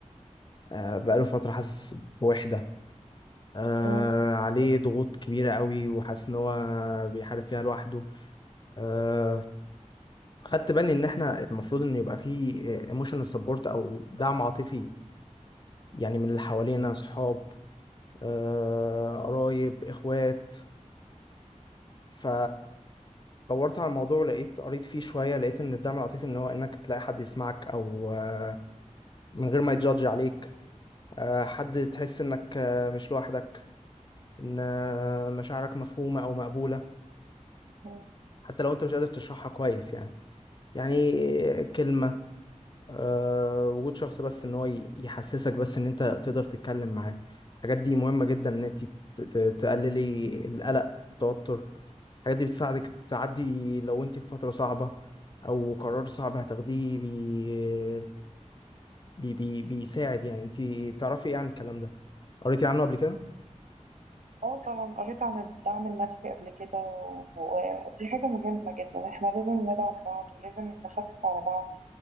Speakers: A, on the left; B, on the right.
A: آه، بقاله فتره حاسس بوحده آه،
B: مم.
A: عليه ضغوط كبيره قوي وحاسس ان هو بيحارب فيها لوحده آه، خدت بالي ان احنا المفروض ان يبقى فيه ايموشنال سبورت او دعم عاطفي يعني من اللي حوالينا اصحاب آه، قرايب اخوات ف دورت على الموضوع لقيت قريت فيه شوية لقيت إن الدعم العاطفي إن هو إنك تلاقي حد يسمعك أو آه، من غير ما يجادج عليك آه، حد تحس إنك آه، مش لوحدك إن آه، مشاعرك مفهومة أو مقبولة
B: مم.
A: حتى لو أنت مش قادر تشرحها كويس يعني يعني كلمة آه، وجود شخص بس ان هو ي- يحسسك بس ان انت تقدر تتكلم معاه الحاجات دي مهمة جدا ان انت ت- ت- تقللي القلق التوتر الحاجات دي بتساعدك تعدي لو انت في فترة صعبة او قرار صعب هتاخديه بي... بي... بي... بيساعد يعني انت تعرفي ايه عن الكلام ده قريتي عنه قبل كده
B: اه طبعا قريت عن الدعم النفسي قبل كده و- ودي حاجة مهمة جدا احنا لازم ندعم بعض ولازم نخفف على بعض